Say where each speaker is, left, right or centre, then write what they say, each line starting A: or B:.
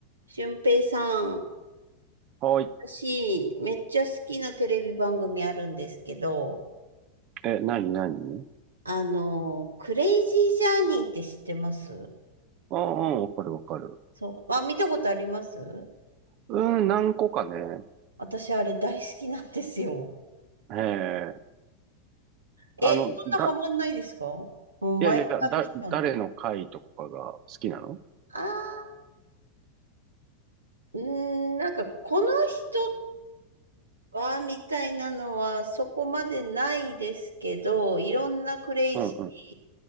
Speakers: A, on the right; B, on the right.
A: 俊平さん、
B: はい。
A: 私、めっちゃ好きなテレビ番組あるんですけど、
B: え、何何
A: あの、クレイジージャーニーって知ってます
B: ああ、うんうんわかるわかる。
A: そう。あ、見たことあります
B: うん、何個かね。
A: 私、あれ大好きなんですよ。
B: ええ。
A: え、
B: あの、
A: そんなハマんないですかもう毎回見たの。
B: だ、いやいや、だ、誰の回とかが好きなの
A: あー、うーん、なんか、この人っわーみたいなのはそこまでないですけど、いろんなクレイジー
B: うんうん。